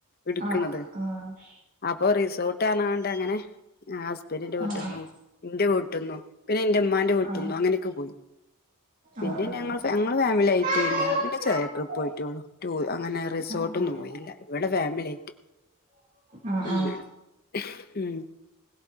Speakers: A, on the left (about 45°); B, on the right (about 40°).
A: എട്ക്ക്ണത്
B: ആഹ് ആഹ്
A: അപ്പൊ റിസൊ <unintelligible> അങ്ങനെ ഹാ ഹസ്ബൻഡിന്റെ
B: ആഹ്
A: വീട്ട്ന്നും ന്റെ വീട്ട്ന്നും പിന്നെ ഇന്റെ ഉമ്മാ ട്ട്ന്നും
B: ആഹ്
A: അങ്ങനൊക്കെ പോയി പിന്നെ
B: ആഹ് ആഹ്
A: ഞങ്ങൾ ഫാ ഞങ്ങള് ഫാമിലി ആയിട്ട്
B: ആഹ്
A: പിന്നെ പിന്നെ ചെറിയ ട്രിപ്പ് പോയിട്ടെ ഉള്ളൂ ടൂ അങ്ങനെ റിസോർട്ട്
B: ആഹ്
A: ഒന്നും
B: ആഹ്
A: പോയില്ല ഇവിടെ ഫാമിലി ആയിട്ട്
B: ആ
A: അങ്ങനെ
B: ആ
A: ഉം